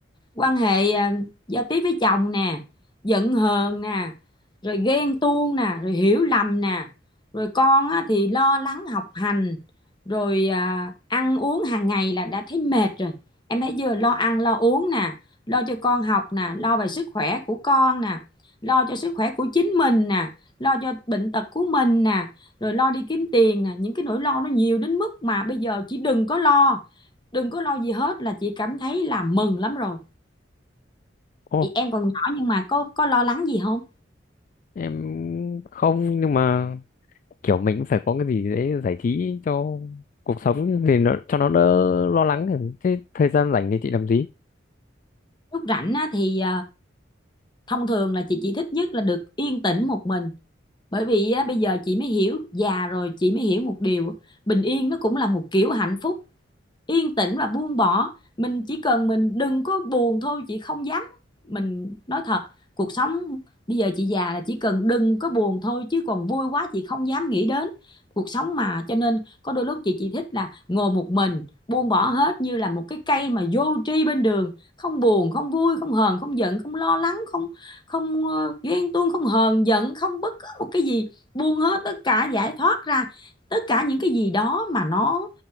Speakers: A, on the left; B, on the left.
A: quan hệ à, giao tiếp với chồng nè giận hờn nè rồi ghen tuông nè rồi hiểu lầm nè rồi con á, thì lo lắng học hành rồi à, ăn uống hàng ngày là đã thấy mệt rồi em thấy vừa lo ăn lo uống nè lo cho con học nè lo về sức khỏe của con nè lo cho sức khỏe của chính mình nè lo cho bệnh tật của mình nè rồi lo đi kiếm tiền nè những cái nỗi lo nó nhiều đến mức mà bây giờ chỉ đừng có lo đừng có lo gì hết là chị cảm thấy là mừng lắm rồi
B: ô
A: thì em còn nhỏ nhưng mà có có lo lắng gì không?
B: em không nhưng mà kiểu mình cũng phải có cái gì đấy giải trí cho cuộc sống thì nó cho nó đỡ lo lắng thế thời gian rảnh thì chị làm gì
A: Lúc rảnh á, thì à, thông thường là chị chỉ thích nhất là được yên tĩnh một mình. Bởi vì á, bây giờ chị mới hiểu, già rồi chị mới hiểu một điều, bình yên nó cũng là một kiểu hạnh phúc. yên tĩnh và buông bỏ mình chỉ cần mình đừng có buồn thôi chị không dám mình nói thật cuộc sống bây giờ chị già là chỉ cần đừng có buồn thôi chứ còn vui quá chị không dám nghĩ đến cuộc sống mà cho nên có đôi lúc chị chỉ thích là ngồi một mình buông bỏ hết như là một cái cây mà vô tri bên đường không buồn không vui không hờn không giận không lo lắng không không ờ, ghen tuông không hờn giận không bất cứ một cái gì buông hết tất cả giải thoát ra tất cả những cái gì đó mà nó